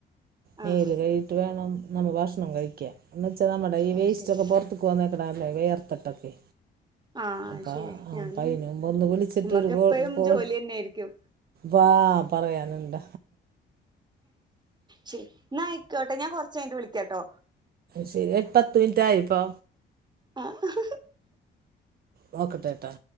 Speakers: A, on the right; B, on the right.
A: മേല്
B: ആഹ്
A: കഴുകീട്ട് വേണം നമ്മ ഭക്ഷണം കഴിക്കാൻ എന്ന്വെച്ചാ നമ്മടെ ഈ
B: അത്
A: വേസ്റ്റ്
B: ശരി
A: ഒക്കെ പൊറത്ത്ക്ക് വന്നേക്ക്ണ അല്ലേ വെയർത്തിട്ടൊക്കെ
B: ആഹ് അത്
A: അപ്പ
B: ശരിയാ ഞാനും
A: ആപ്പയിന് മുമ്പ് ഒന്ന് വിളിച്ചിട്ടൊരു
B: നമ്മക്ക്
A: ഗോൾ
B: എപ്പഴും
A: കോൾ
B: ജോലി തന്നെയായിരിക്കും
A: വാ പറയാനിണ്ട
B: ശരി ഇന്നായ്ക്കോട്ടെ ഞാൻ കൊറച്ച് കഴിഞ്ഞിട്ട് വിളിക്കാട്ടോ
A: ശരി എട് പത്ത് മിനിറ്റ് ആയിപ്പോ?
B: ആഹ്
A: നോക്കട്ടേട്ടാ